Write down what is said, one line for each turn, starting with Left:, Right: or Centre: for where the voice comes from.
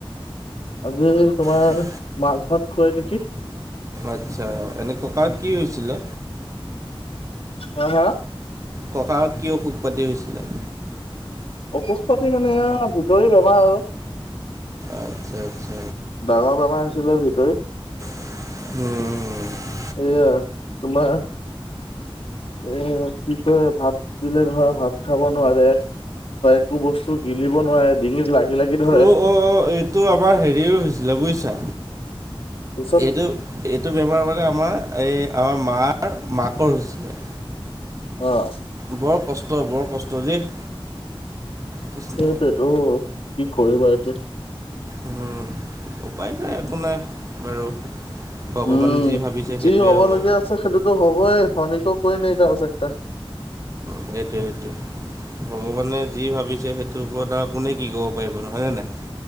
Left: আজি তোমাৰ
Right: ঠিক
Left: মাছ ভাত খুৱাই নেকি।
Right: আচ্ছা' এনেই ককা কি হৈছিলে?
Left: হা হা?
Right: ককাৰ কি অসুখ পাতি হৈছিলে?
Left: অসুখ পাতি মানে ভিতৰি বেমাৰ আৰু।
Right: আচ্ছা-আচ্ছা',।
Left: ডাঙৰ বেমাৰ আছিলে ভিতৰি।
Right: অঁ।
Left: এয়া, তোমাৰ? এ কি কয় ভাত দিলে ধৰা ভাত খাব নোৱাৰে। তাই একো বস্তু গিলিব নোৱাৰে, ডিঙিত লাগি লাগি ধৰে
Right: অঁ অঁ অঁ, এইটো আমাৰ সেৰিও হৈছিলে বুজিছা,
Left: তাৰপিছত
Right: এইটো- এইটো বেমাৰ মানে আমাৰ এই আমাৰ মাৰ মাকৰ হৈছিলে।
Left: অ
Right: বৰ কষ্ট বৰ কষ্ট দেই, কৃষ্ণ
Left: এইটোএটো কি কৰিবা এতিয়া।
Right: উম ওপায় নাই একো নাই বাৰু ভগৱান
Left: উম
Right: যি ভাবিছে
Left: যি
Right: সেইটোৱে হ'ব।
Left: লগীয়া সেইটোতো হবই হনীকক কৈ নাহি দালচাকটা,
Right: সেইটোৱে সেইটোৱে ভগৱানে যি ভাবিছে সেই, ত এইটো ওপৰত আৰু আপুনি কি ক'ব পাৰিব হয় নে নাই।